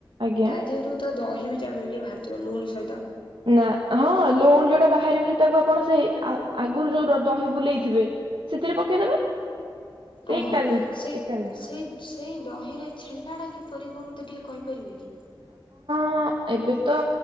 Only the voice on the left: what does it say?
ତା ଦେହରୁ ତ ଦହି ବି ଯାହାବି ହେଲେ ଟିକେ ବାହାରିଥିବ ଲୁହୁଣୀ ସହିତ
ଓହୋଃ,
ସେଇ
ସେଇ ସେଇ ଦହିରେ ଛେନାଟା କିପରିି ହବ ମତେ ଟିକେ କହିପାରିବେ କି?